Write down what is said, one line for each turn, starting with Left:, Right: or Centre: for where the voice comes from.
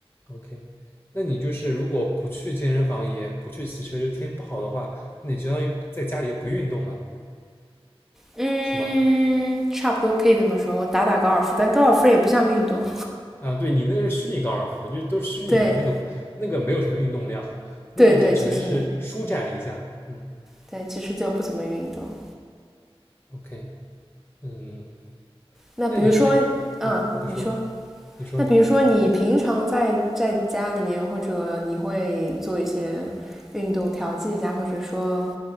Left: ，OK，那你就是如果不去健身房，也不去骑车，就天不好的话，那你相当于在家里就不运动了，
Centre: 嗯，
Left: 是吗？
Centre: 差不多可以这么说。我打打高尔夫，但高尔夫也不像运动。
Left: 啊，对你那个是虚拟高尔夫，就都是虚拟的，
Centre: 对，
Left: 那个那个没有什么运动量，那个就只能是舒展一下。
Centre: 对对，其实
Left: 嗯
Centre: 对，其实就不怎么运动。
Left: ，OK，嗯，
Centre: 那比如说，
Left: 那你这，
Centre: 嗯，
Left: 嗯，你说，
Centre: 你说。
Left: 你说，
Centre: 那比如说你平常在在家里面，
Left: 你说，
Centre: 或者你会做一些运动调剂一下，或者说